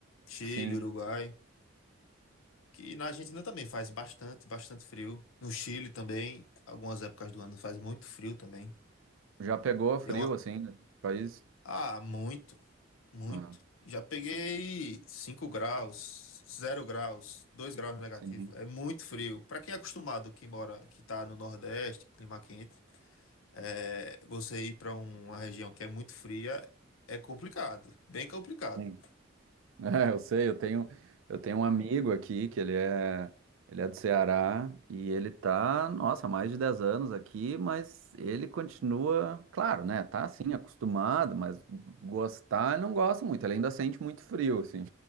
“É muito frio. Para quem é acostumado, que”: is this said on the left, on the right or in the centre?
Left